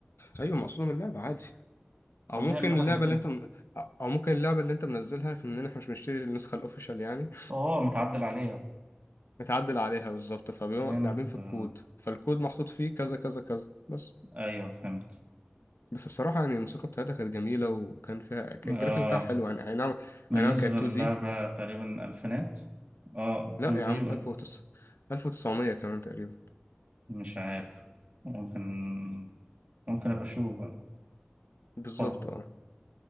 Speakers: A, on the left; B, on the right.
A: ايوه مقصود من اللعبة عادي
B: طب
A: او ممكن
B: ليه يعملوا
A: اللعبة
B: حاجه زي كده
A: اللي انت م... او ممكن اللعبة اللي انت منزلها مننا احنا مش بنشتري النسخة الاوفيشال يعني
B: اه متعدل عليها
A: <laughs> متعدل عليها بالظبط فبيبقوا
B: فهمت
A: لاعبين في
B: آه.
A: الكود فالكود محطوط فيه كذا كذا كذا بس
B: ايوه فهمت
A: بس الصراحة يعني الموسيقى بتاعتها كانت جميلة وكان فيها كان
B: آه.
A: الجرافيك بتاعها حلو يعني اي نعم
B: بالنسبه
A: اي نعم كانت
B: للعبه
A: 2 دي
B: تقريبا الفينات اه 2
A: لا يا
B: دي
A: عم
B: و-
A: 1009 1900 كمان تقريبا
B: مش عارف ممكن ممكن ابقى اشوف بقى
A: بالظبط
B: طب
A: اه